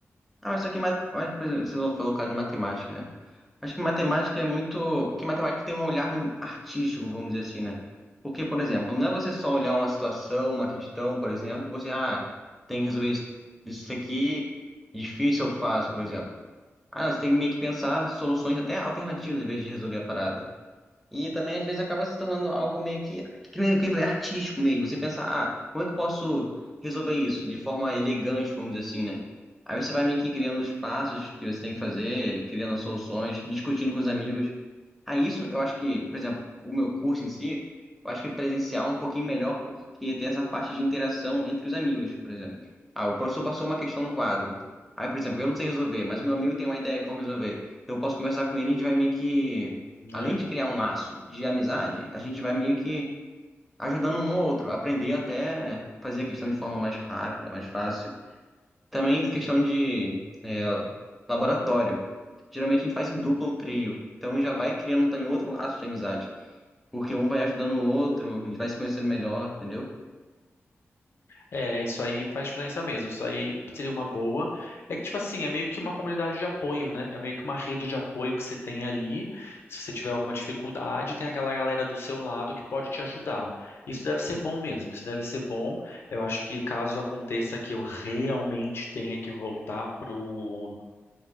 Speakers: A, in the centre; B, on the left.
A: Ah, mas só que mat... olha, por exemplo, você falou o caso de matemática, né? Acho que matemática é muito. Porque matemática tem um olhar mu- artístico, vamos dizer assim, né? Porque, por exemplo, não é você só olhar uma situação, uma questão, por exemplo, você, ah, tem que resolver isso, isso aqui, difícil eu faço, por exemplo. Ah, não, você tem que meio que pensar soluções até alternativas, em vez de resolver a parada. E também, às vezes, acaba se tornando algo meio que, que nem que eu falei, artístico mesmo. Você pensa, ah, como é que eu posso resolver isso de forma elegante, vamos dizer assim, né? Aí você vai meio que criando os passos que você tem que fazer, criando soluções, discutindo com os amigos. Aí isso, eu acho que, por exemplo, o meu curso em si, eu acho que presencial é um pouquinho melhor porque tem essa parte de interação entre os amigos, por exemplo. Ah, o professor passou uma questão no quadro. Aí, por exemplo, eu não sei resolver, mas meu amigo tem uma ideia como resolver. Então eu posso conversar com ele e a gente vai meio que
B: né?
A: além de criar um laço de amizade, a gente vai meio que ajudando um ao outro, aprender até fazer a questão de forma mais rápida, mais fácil. Também questão de é, laboratório. Geralmente a gente faz em dupla ou trio, então já vai criando também outro laço de amizade, porque um vai ajudando o outro, a gente vai se conhecendo melhor, entendeu?
B: É, isso aí faz diferença mesmo. Isso aí seria uma boa. É que, tipo assim, é meio que uma comunidade de apoio, né? É meio que uma rede de apoio que você tem ali. que Se você tiver alguma dificuldade, tem aquela galera do seu lado que pode te ajudar. Isso deve ser bom mesmo. Isso deve ser bom. Eu acho que caso aconteça que eu realmente tenha que voltar pro,